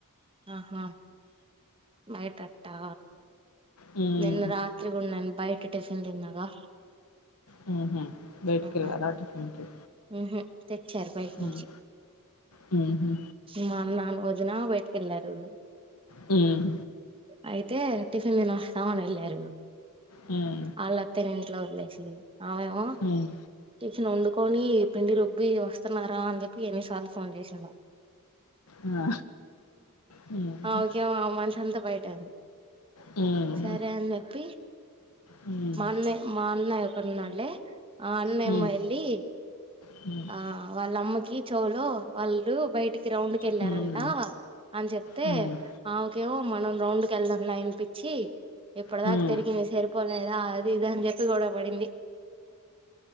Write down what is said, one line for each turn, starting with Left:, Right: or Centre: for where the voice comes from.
Right: ఆహా బయటట్టా
Left: హ్మ్.
Right: నిన్న రాత్రి గూడా నేను బయట టిఫిన్ తిన్నగా.
Left: హుహు. బయటికెళ్లారా
Right: హ్మ్ హు
Left: టిఫిన్‌కి?
Right: ఉహు తెచ్చారు బయట
Left: హ్మ్.
Right: నుంచి.
Left: హుహు.
Right: మా అన్నాను వదిన బయటకి వెళ్ళారు.
Left: హ్మ్
Right: అయితే టిఫిన్ తినొస్తామని వెళ్ళారు.
Left: హ్మ్.
Right: అళ్ల అత్తని ఇంట్లో వదిలేసి ఆవెమో
Left: హ్మ్.
Right: టిఫిన్ వండుకొని పిండి రుబ్బి వస్తున్నారా అని చెప్పి ఎన్ని సార్లు ఫోన్ చేసిందో.
Left: ఆ హ్మ్.
Right: ఓకే అ మనిషి అంతా బయటె ఉంది.
Left: హ్మ్.
Right: సరే అని చెప్పి
Left: హ్మ్.
Right: మా అన్నె మా అన్నయ్య ఒకరున్నాడులే ఆ అన్న
Left: హ్మ్.
Right: ఎమో వెళ్ళి
Left: హ్మ్.
Right: ఆ వాళ్ళమ్మకి చెవులో వాళ్ళ బయటికి రౌండ్కి వెళ్ళారంట
Left: హ్మ్. హ్మ్.
Right: అని చెప్తే
Left: హ్మ్.
Right: ఆమోకేమో మనం రౌండ్ కి వెళ్దాం ల వినిపిచ్చి ఇప్పుటిదాకా
Left: హ్మ్.
Right: తిరిగింది సరిపోలేదా అది ఇది అని చెప్పి గొడవ పడింది.